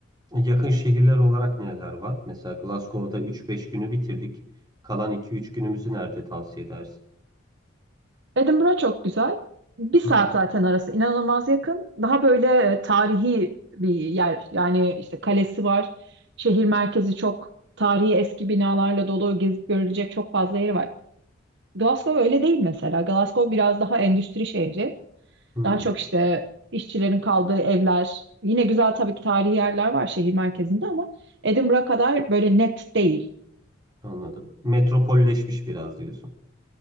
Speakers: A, on the right; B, on the right.
A: Yakın şehirler olarak neler var? Mesela Glasgow'da üç beş günü bitirdik. Kalan iki üç günümüzü nerede tavsiye edersin?
B: Edinburgh çok güzel. Bir saat
A: Hı hı.
B: zaten arası inanılmaz yakın. Daha böyle e, tarihi bir yer. Yani işte kalesi var. Şehir merkezi çok tarihi eski binalarla dolu. Gezip görülecek çok fazla yeri var. Glasgow öyle değil mesela. Glasgow biraz daha endüstri şehri.
A: Hı,
B: Daha çok işte işçilerin kaldığı evler. Yine güzel tabii ki tarihi yerler var şehir merkezinde ama Edinburgh kadar böyle net değil.
A: anladım. Metropolleşmiş biraz diyorsun.